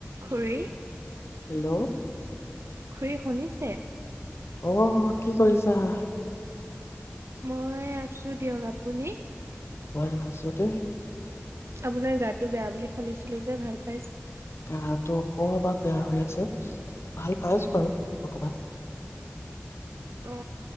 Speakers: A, on the right; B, on the left.
A: খুৰী
B: হেল্ল'
A: খুৰী শুনিছে হে
B: অ কি কৰিছে ছা
A: মই আছো দিয়ক আপুনি
B: মই আছোটো
A: আপোনাৰ গাটো বেয়া বুলি শুনিছিলো যে ভাল পাইছে?
B: গাটো অক বা বেয়া হৈ আছে ভাল পাইছো বাৰু অকমান
A: অ